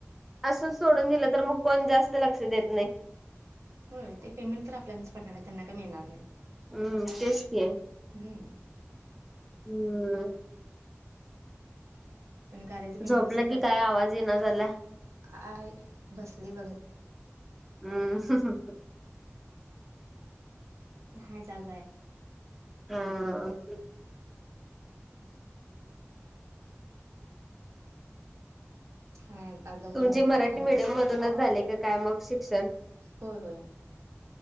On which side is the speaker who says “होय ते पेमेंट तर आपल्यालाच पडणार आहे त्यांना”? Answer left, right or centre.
Right